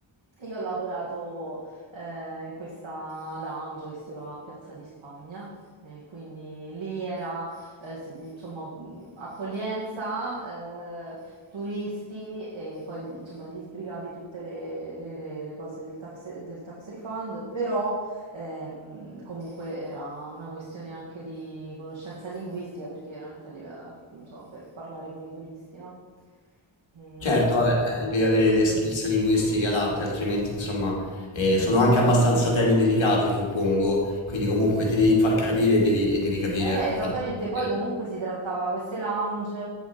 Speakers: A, on the right; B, on the left.
A: E io ho lavorato eh, in questa lounge che si trova a Piazza di Spagna, eh, quindi lì era eh, s- insomma, mh, accoglienza, eh, turisti e poi insomma, gli sbrigavi tutte le, le- le- le cose del tax, del tax refund, però ehm, comunque era una questione anche di conoscenza linguistica perché chiaramente a live- insomma, per parlare con i turisti, no? E-
B: Certo, vabbè, eh, devi avere le skills linguistiche adatte, altrimenti, insomma, eh, sono anche abbastanza temi delicati, suppongo. Quindi comunque ti devi far capire e devi, e devi capire,
A: Eh,
B: perché
A: esattamente,
B: altrimenti...
A: poi comunque si trattava queste lounge,